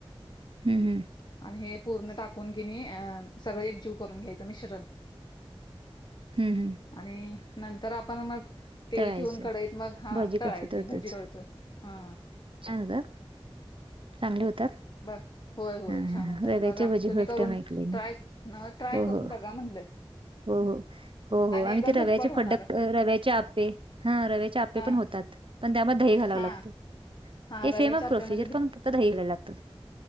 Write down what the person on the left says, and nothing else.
आणि हे पूर्ण टाकून कीनी अ, सगळ एकजीव करून घ्यायचं मिश्रण.
आणि नंतर आपण मग तेल
ठेवून कढईत मग हा
तळायची,
भजी तळतोय हा
बघ होय होय
छान
होतात.
बघा
तुम्ही
करून
ट्राय,
नव ट्राय
करून
बघा म्हटलं.
एकदम
झटपट होणार.
हा
हा
हा
रव्याच्या आप्यामध्ये